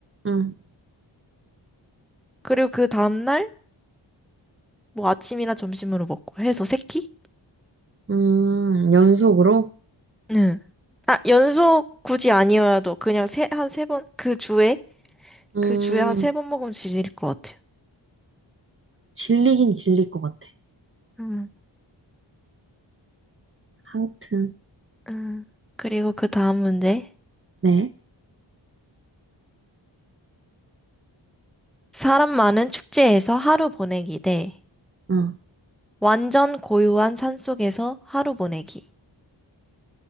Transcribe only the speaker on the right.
음.
음, 연속으로?
음,
질리긴 질릴 것 같아.
아무튼,
네.
응.